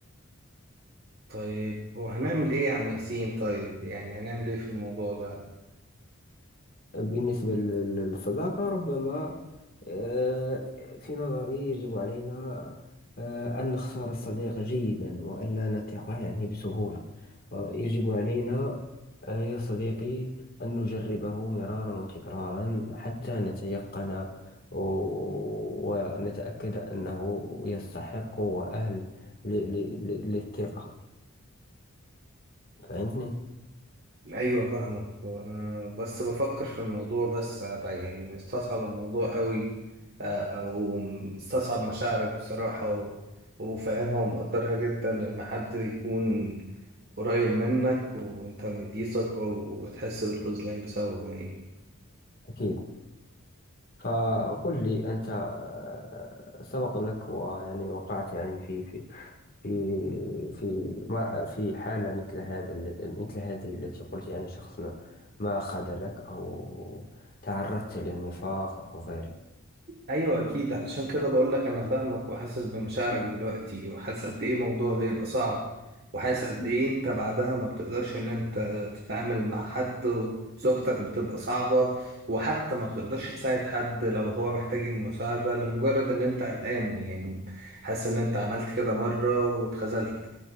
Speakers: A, on the right; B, on the left.
A: طيب وهنعمل ايه يا عم ياسين طيب يعني هنعمل ايه في الموضوع ده
B: بالنسبة لل- للصداقة ربما آه، في نظري يجب علينا آه، أن نختار الصديق جيدا وأن لا نثق يعني بسهولة آه، يجب علينا آه، يا صديقي أن نجربه مرارا وتكرارا حتى نتيقن و- ونتأكد أنه يستحق وأهل ل- ل- ل- للثقة فهمتني؟
A: ايوه فاهمك انا بس بفكر في الموضوع بس أبقى يعني مستصعب الموضوع قوي آه، او مستصعب مشاعرك بصراحة و- وفاهمها ومقدرها جدا ان حد يكون قريب منك وانت مديه ثقة وتحس بالخذلان بسببه يعني
B: أكيد فقل لي أنت آه، سبق لك ويعني وقعت يعني في في في في ما- في حالة مثل هذا ال- مثل هذه التي قلت يعني شخص ما ما خذلك أو تعرضت للنفاق أو غيره
A: ايوه اكيد علشان كده بقول لك انا فاهمك وحاسس بمشاعرك دلوقتي وحاسس قد ايه الموضوع بيبقى صعب وحاسس قد ايه انت بعدها ما بتقدرش ان انت تتعامل مع حد وزوجتك بتبقى صعبة وحتى ما بتقدرش تساعد حد لو هو محتاج المساعدة لمجرد ان انت قلقان يعني حاسس ان انت عملت كده مرة واتخذلت